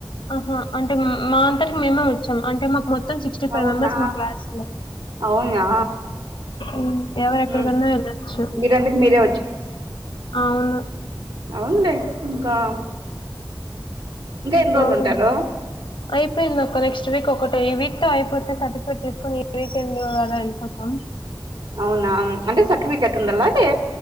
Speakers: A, on the left (about 85°); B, on the right (about 75°).
A: ఆహా అంటే మా అంతరికి మేమే అంటే మాకు మొత్తం సిక్స్టీ ఫైవ్
B: అవునా
A: మెంబర్స్ మా క్లాస్లో
B: అవునా
A: ఉ ఎవరు
B: ఉహు
A: ఎక్కడికన్నా వెళ్ళచ్చు
B: మీరంతకు మీరే
A: అవును
B: అవున్లే ఇంకాఉ ఇంకా ఎన్ని
A: తోడు
B: రోజులు ఉంటారు
A: అయిపోయింది అక్క నెక్స్ట్ వీక్ ఒకటి ఈ వీక్ తో అయిపోతే సర్టిఫికేట్ తీసుకుని ఈ వీకెండ్ అలా వెళ్ళిపోతాం
B: అవునా అంటే సర్టిఫికెట్ ఉండాలా అది